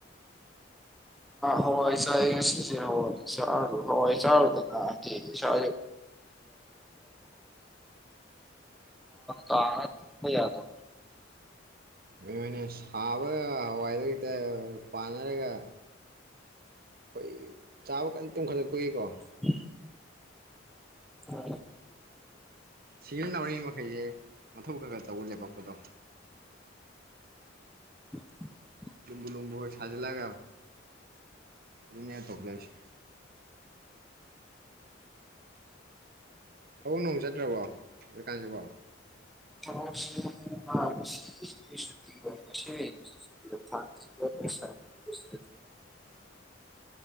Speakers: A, in the centre; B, on the right (about 50°).
A: ꯍꯣꯏ ꯆ ꯍꯣꯏ ꯆ ꯍꯣꯏ ꯆꯂ ꯊ ꯆ ꯀꯥ ꯌꯥꯅꯣ
B: ꯃꯣꯏꯅ ꯁꯥꯕꯒ ꯍꯏꯗ ꯍꯇ ꯄꯥꯟꯅꯔꯒ ꯑꯩꯈꯣꯏ ꯆꯥꯕ ꯀꯟꯅ ꯇꯨꯝꯈꯠꯂꯛꯄꯒꯤꯀꯣ
A: ꯎ ꯍ
B: ꯁꯤꯖꯤꯟꯅꯎꯔꯤ ꯃꯈꯩꯁꯦ ꯃꯊꯧ ꯈꯒ ꯇꯧꯕ ꯂꯦꯞꯄꯛꯄꯗꯣ
A: ꯎꯝ
B: ꯂꯨꯝꯕꯨ ꯂꯨꯝꯕꯨꯒ ꯁꯥꯖꯤꯜꯂꯒ ꯑꯗꯨꯅꯦ ꯇꯧꯈꯠꯂꯤꯁꯦ ꯊꯕꯛ ꯅꯨꯡ ꯆꯠꯇ꯭ꯔꯕꯣ ꯍꯧꯖꯤꯛꯀꯥꯟꯁꯤꯕꯣ
A: ꯊꯕꯛꯁꯤ <unintelligible>
B: <unintelligible>